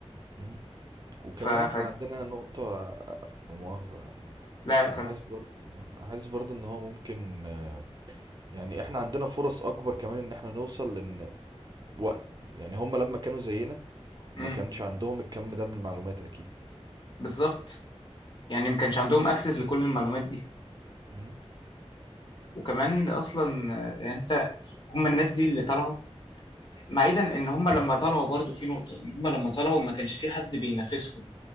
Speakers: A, on the right; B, on the left.
A: امم وكمان
B: ف... ف...
A: احنا عندنا نقطة مؤاخذة يا مهندس.
B: لا لا كان
A: احس برضو انه احس برضو ان هو ممكن يعني احنا عندنا فرص اكبر كمان ان احنا نوصل وقت يعني هم لما كانوا زينا
B: امم
A: ما كانش عندهم الكم ده من المعلومات اكيد
B: بالظبط يعني ما كانش عندهم اكسس لكل المعلومات دي
A: مم.
B: وكمان اصلا آه، يعني انت هم الناس دي اللي طلعوا بعيدا ان هم لما طلعوا برضو في نقطة ان هم لما طلعوا ما كانش في حد بينافسهم